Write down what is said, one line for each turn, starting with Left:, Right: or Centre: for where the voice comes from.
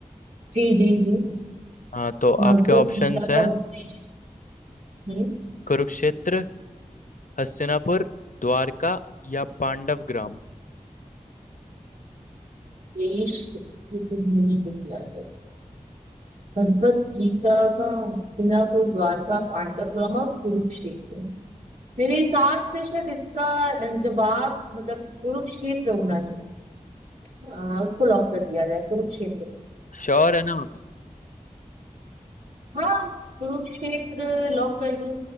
Right: जी जी जी
Left: हाँ तो
Right: भगवत
Left: आपके ऑप्शंस
Right: गीता
Left: हैं
Right: का उपदेश हम्म
Left: कुरुक्षेत्र हस्तिनापुर द्वारका या पांडव ग्राम
Right: देश सिद्ध भूमि को दिया गया भगवत गीता का हस्तिनापुर द्वारका पांडवपुरम और कुरुक्षेत्र मेरे हिसाब से शायद इसका जवाब मतलब कुरुक्षेत्र होना चाहिए आ, उसको लॉक कर दिया जाए कुरुक्षेत्र
Left: श्योर है ना आप
Right: हाँ कुरुक्षेत्र लॉक कर दो